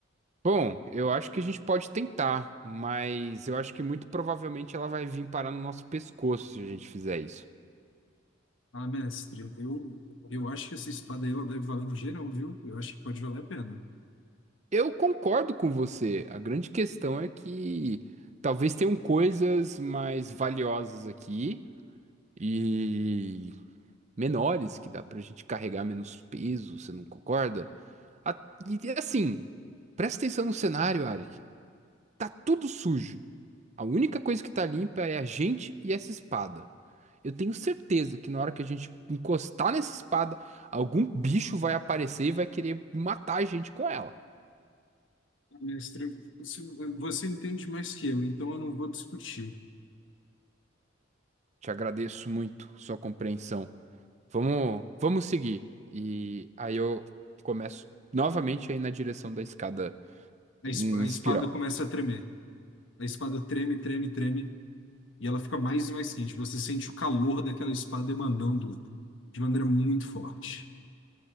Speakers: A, on the right; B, on the left.
A: Bom, eu acho que a gente pode tentar, mas eu acho que muito provavelmente ela vai vir parar no nosso pescoço se a gente fizer isso.
B: Ah, mestre, eu, eu acho que essa espada aí ela deve valer um geral, viu? Eu acho que pode valer a pena.
A: Eu concordo com você. A grande questão é que talvez tenham coisas mais valiosas aqui e menores que dá pra gente carregar menos peso, você não concorda? A- E assim, presta atenção no cenário, Arik. Tá tudo sujo. A única coisa que tá limpa é a gente e essa espada. Eu tenho certeza que na hora que a gente encostar nessa espada, algum bicho vai aparecer e vai querer matar a gente com ela.
B: Ah, Mestre, você você entende mais que eu, então eu não vou discutir.
A: Te agradeço muito sua compreensão. Vamos, vamos seguir. E aí eu começo novamente aí na direção da escada
B: A es-
A: em
B: a
A: espiral.
B: espada começa a tremer. A espada treme, treme, treme, e ela fica mais e mais quente. Você sente o calor daquela espada emanando de maneira muito forte.